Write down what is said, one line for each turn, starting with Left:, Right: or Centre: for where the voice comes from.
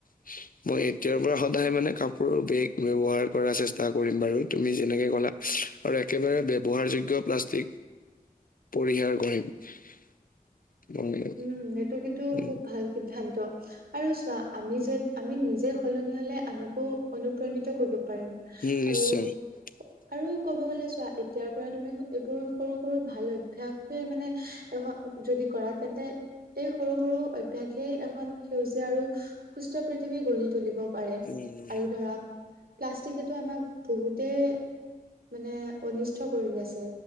Left: <inaudible> মই এতিয়াৰ পৰা সদায় মানে কাপোৰৰ বেগ ব্যৱহাৰ কৰা চেষ্টা কৰিম বাৰু। তুমি যেনেকে ক'লা। আৰু একেবাৰে ব্যৱহাৰযোগ্য প্লাষ্টিক পৰিহাৰ কৰিম।
Right: উম, এইটো কিন্তু
Left: উম,
Right: খুব ভাল সিদ্ধান্ত। আৰু চোৱা আমি য'ত আমি নিজে সলনি হ'লে আনকো অনুপ্ৰাণিত কৰিব পাৰিম।
Left: উম,
Right: আৰু
Left: <inaudible>
Right: আৰু ক'ব গ'লে চোৱা, এতিয়াৰ পৰা তুমি এইবোৰ সৰু, সৰু ভাল অভ্যাসে মানে এখন যদি কৰাত তেন্তে এই সৰু, সৰু অভ্যাসেই এখন সেউজীয়া আৰু সুস্থ পৃথিৱী গঢ়ি তুলিব পাৰে
Left: উম।
Right: আৰু ধৰক প্লাষ্টিকেটো আমাক বহুতেই মানে, অনিষ্ট কৰি আছে।